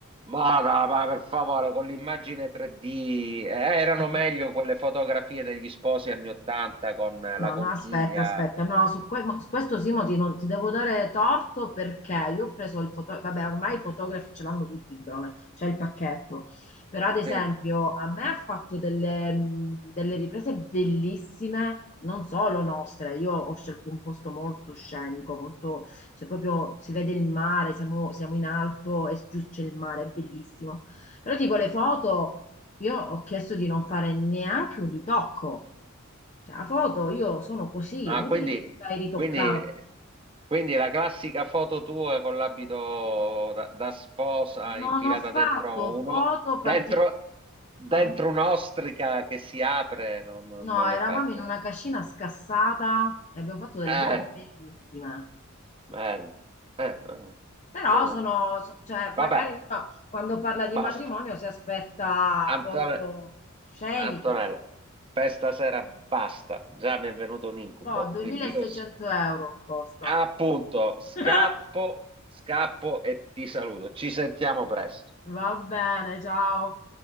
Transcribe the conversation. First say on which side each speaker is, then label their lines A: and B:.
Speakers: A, on the right; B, on the left.
A: Vada, ma per favore, con l'immagine 3D, eh, erano
B: È be-
A: meglio quelle fotografie degli sposi anni 80 con eh,
B: No,
A: la conchiglia.
B: no, aspetta, aspetta, no, su, que- su questo Simoti non ti devo dare torto perché io ho preso il fotografo, vabbè, ormai i fotografi ce l'hanno tutti il drone, c'è il pacchetto, però ad esempio
A: Sì. eh.
B: a me ha fatto delle, mh, delle riprese bellissime, non solo nostre, io ho scelto un posto molto scenico, molto, cioè proprio si vede il mare, siamo, siamo in alto e giù c'è il mare, è bellissimo, però tipo le foto io ho chiesto di non fare neanche un ritocco. Cioè, la foto io sono così,
A: Ah,
B: è inutile
A: quindi,
B: che mi vai ritoccando.
A: quindi, quindi la classica foto tua con l'abito da, da sposa
B: Non
A: infilata
B: ho fatto
A: dentro uno,
B: foto
A: dentro,
B: particolari.
A: dentro
B: Eh?
A: un'ostrica che si apre, no, no,
B: No,
A: non
B: eravamo
A: l'hai fatta.
B: in una
A: no?
B: cascina scassata e abbiamo fatto delle
A: Eh,
B: foto bellissime.
A: bello. Eh, eh. eh.
B: Però
A: Comunque,
B: sono, so- cioè,
A: Vabbè,
B: magari uno quando parla di
A: basta.
B: matrimonio si aspetta
A: Antonio.
B: foto sceniche.
A: Antonella, per stasera basta, già mi è venuto un incubo,
B: Boh, 2600
A: quindi io s-
B: euro costa.
A: appunto scappo,
B: <laughs>
A: scappo e ti saluto. Ci sentiamo presto.
B: Va bene, ciao.